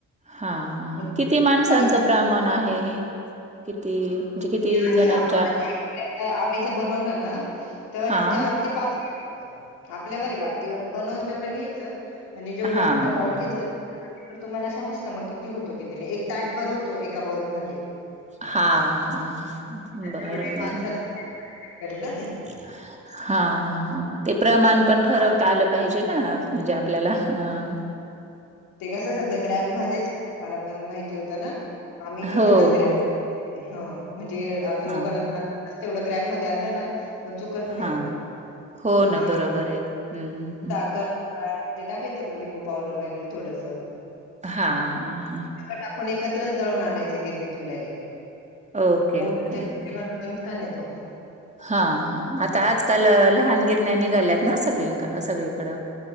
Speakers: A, on the right; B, on the left.
A: हा
B: हे
A: किती माणसांचं
B: डाळी
A: प्रमाण आहे हे किती? म्हणजे किती
B: आहे
A: जणांच्या
B: आपण म्हणजेक्च आ आम्ही जर बनवलं ना तर
A: हां,
B: चार ते पाच आपल्यावर आहे वाटीवर बनवून तेवढं घ्यायचं आणि जेवढं
A: हां.
B: मोठं बाऊल घेतलं तर तुम्हाला समजत मग किती होतो किती नाही एक ताटभर होतो एका बाउलमध्येध्ये.
A: हा हा हा बर
B: जेवढे
A: बर.
B: माणसं असतील त्यांच्यावर डिपेंड करेल ना
A: <inaudible>
B: ते
A: हा हा ते प्रमाण पण ठरवता
B: हा
A: आलं पाहिजे ना, म्हणजे आप आपल्याला हं.
B: ते कसं सध्या ग्रॅम मध्येच मला पण माहिती होतं ना आम्ही घेतानाच
A: हो,
B: ग्रॅम
A: हो.
B: हा म्हणजे आपण
A: हां,
B: दुकानातून आणतो ना तेवढं ग्रॅम मध्ये आणला ना. मग चुकत
A: हां.
B: नाही,
A: हो ना,
B: हम्म
A: बरोबर आहे. हं, हं.
B: ताकात हळद ते टाकायचं मग लिंबू पावडर वगैरे थोडस.
A: हां हां. हां.
B: सगळं टाकून एकत्रच दळून आणायच गिरणीतून डायरेक्ट
A: ओके,
B: मग
A: ओके, ओके.
B: <unintelligible> खानेतो
A: हा हा आत्ता आजकाल लहान गिरण्या निघाल्यात ना सगळी. सगळीकड